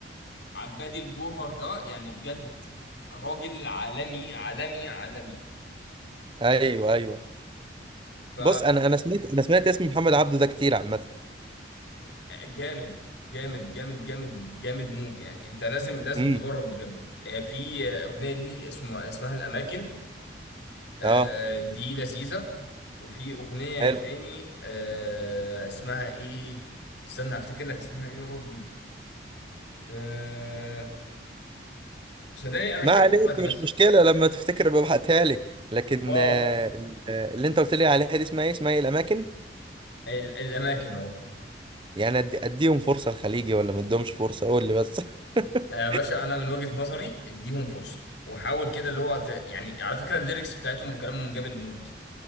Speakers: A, on the left; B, on the right.
A: عبادي الجوهر ده يعني بجد راجل عالمي عالمي عالمي
B: أيوه أيوه
A: ف
B: بص أنا أنا سمعت أنا سمعت اسم محمد عبده ده كتير عامة
A: جامد جامد جامد جامد جامد موت يعني انت لازم لازم
B: امم
A: تجرب بجد آه، في آه، اغنيه دي اسمها اسمها الاماكن آه،
B: آه
A: دي لذيذه وفي اغنيه
B: حلو
A: تاني آه، اسمها ايه استنى هفتكر لك اسمها ايه يا ربي آه، صدقني انا مش
B: ما
A: فاكر
B: علينا
A: دلوقتي
B: مش
A: بس
B: مشكلة لما تفتكر ببعتها لي لكن
A: اه
B: آه، ال- آه، اللي أنت قلت لي عليها دي اسمها إيه اسمها إيه الأماكن
A: ال- الاماكن اهو
B: يعني أدي- أديهم فرصة الخليجي ولا ما أديهمش فرصة قول لي بس <laughs>
A: آه، يا باشا انا من وجهة نظري اديهم فرصه وحاول كده اللي هو ت... يعني على فكره الليركس بتاعتهم وكلامهم جامد مود